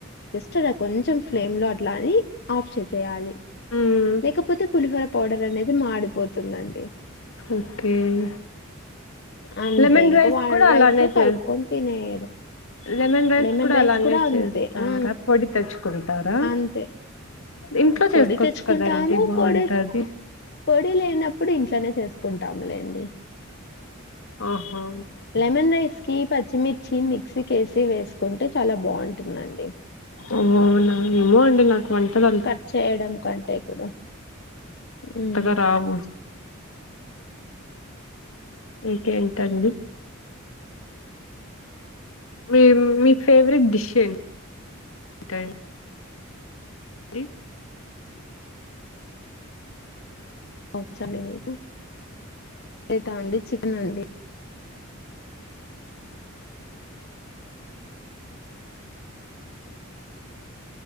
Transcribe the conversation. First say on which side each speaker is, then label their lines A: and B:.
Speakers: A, on the left; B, on the left.
A: జస్ట్ అలా కొంచెం ఫ్లేమ్ లో అట్లా అనీ ఆఫ్ చేసేయాలి.
B: హ్మ్.
A: లేకపోతే పులిహోర పౌడర్ అనేది మాడిపోతుందండి.
B: ఓకే
A: అంతే
B: లెమన్
A: ఇంకా
B: రైస్
A: వా
B: కూడా అలానే
A: రైస్ లో
B: చే
A: కల్పుకొన్ తినేయి
B: లెమన్
A: లెమెన్ రైస్
B: అలానే
A: కూడా
B: చేస్తారా
A: అంతే ఆ
B: పొడి తెచ్చుకుంటారా
A: అంతే.
B: ఇంట్లో
A: పొడి
B: చేసుకోవచ్చు
A: తెచ్చుకుంటాము
B: కదండి బాగుంటది
A: పొడి పొడి లేనప్పుడు ఇంట్లోనే చేసుకుంటాములేండి.
B: ఆహా
A: లెమెన్ రైస్ కీ పచ్చిమిర్చి మిక్సీ కేసి వేసుకుంటే చాలా బాగుంటుందండి.
B: ఓ అవునా ఏమో అండి నాకు వంటల్ అవి
A: కట్ చేయడం కంటే కూడా హ్మ్.
B: అంతగా రావు ఇంకేంటండి మీ మీ ఫేవరెట్ డిష్ ఏం <inaudible> టం <inaudible> డి
A: వచ్చా అండి మీకు <inaudible> రెట్టా అండి చికెన్ అండి.